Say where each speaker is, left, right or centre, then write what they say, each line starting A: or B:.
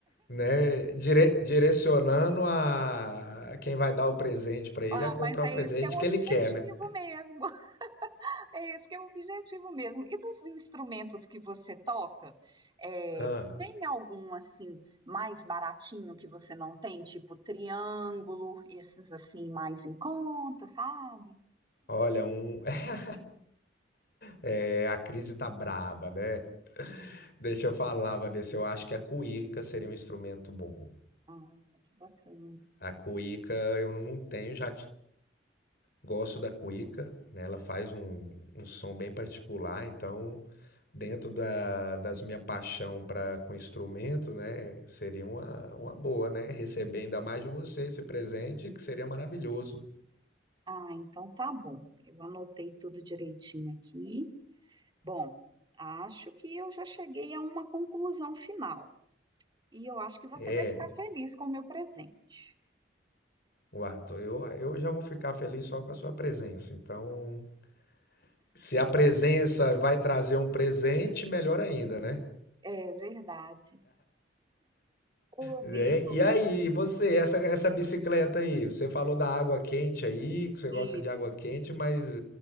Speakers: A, on the left; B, on the right.
A: né, dire- direcionando a quem vai dar o presente para ele
B: Ah,
A: a comprar
B: mas é
A: o presente
B: esse que é o
A: que
B: objetivo
A: ele quer, né?
B: mesmo. <laughs> É esse que é o objetivo mesmo. E dos instrumentos que você toca, é,
A: Ah,
B: tem algum assim mais baratinho que você não tem, tipo triângulo, esses assim mais em conta, sabe?
A: olha, um, <laughs> é, a crise tá braba, né? Deixa eu falar, Vanessa, eu acho que a cuíca seria um instrumento bom.
B: Ah, que bacana.
A: A cuíca eu não tenho, já Gosto da cuíca, né? Ela faz um, um som bem particular, então dentro da, das minha paixão para com instrumento, né? Seria uma, uma boa, né? Receber ainda mais de você esse presente, que seria maravilhoso.
B: Ah, então tá bom. Eu anotei tudo direitinho aqui. Bom, acho que eu já cheguei a uma conclusão final. E eu acho que você
A: É,
B: vai ficar feliz com o meu presente.
A: Wato, eu, eu já vou ficar feliz só com a sua presença. Então, se a presença vai trazer um presente, melhor ainda, né?
B: É verdade. Ô,
A: Né?
B: Vitor,
A: E aí, você, essa, essa bicicleta aí, você falou da água quente aí, que você gosta
B: isso.
A: de água quente, mas